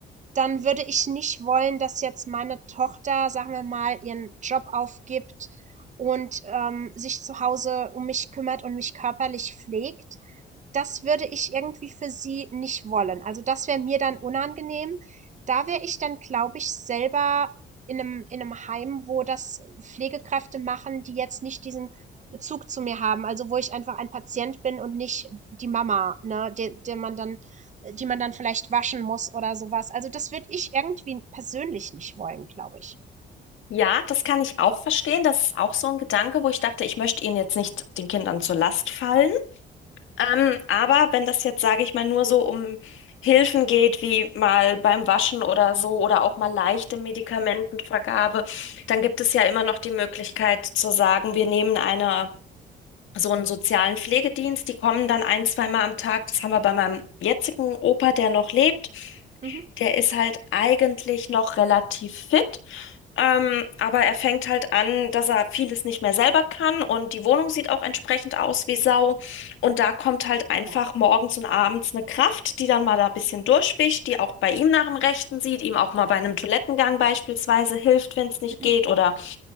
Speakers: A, on the right; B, on the left.
A: dann würde ich nicht wollen, dass jetzt meine Tochter, sagen wir mal, ihren Job aufgibt und ähm, sich zu Hause um mich kümmert und mich körperlich pflegt. Das würde ich irgendwie für sie nicht wollen. Also das wäre mir dann unangenehm. Da wäre ich dann, glaube ich, selber in einem, in einem Heim, wo das Pflegekräfte machen, die jetzt nicht diesen Bezug zu mir haben. Also wo ich einfach ein Patient bin und nicht die Mama, ne, der, der man dann die man dann vielleicht waschen muss oder sowas. Also das würde ich irgendwie persönlich nicht wollen, glaube ich.
B: Ja, das kann ich auch verstehen. Das ist auch so ein Gedanke, wo ich dachte, ich möchte ihnen jetzt nicht den Kindern zur Last fallen. Ähm, aber wenn das jetzt, sage ich mal, nur so um Hilfen geht, wie mal beim Waschen oder so oder auch mal leichte Medikamentenvergabe, dann gibt es ja immer noch die Möglichkeit zu sagen, wir nehmen eine so einen sozialen Pflegedienst, die kommen dann ein, zweimal am Tag. Das haben wir bei meinem jetzigen Opa, der noch lebt.
A: Mhm.
B: Der ist halt eigentlich noch relativ fit, ähm, aber er fängt halt an, dass er vieles nicht mehr selber kann und die Wohnung sieht auch entsprechend aus wie Sau. Und da kommt halt einfach
A: Ja.
B: morgens und abends eine Kraft, die dann mal da ein bisschen durchwischt, die auch bei ihm nach dem Rechten sieht, ihm auch mal bei einem Toilettengang beispielsweise hilft, wenn es nicht
A: Mhm.
B: geht oder